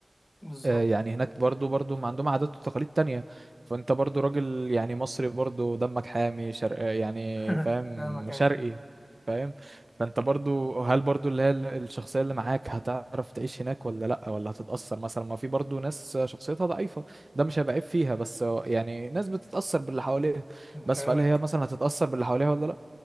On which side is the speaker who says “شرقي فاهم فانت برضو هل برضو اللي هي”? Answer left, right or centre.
Right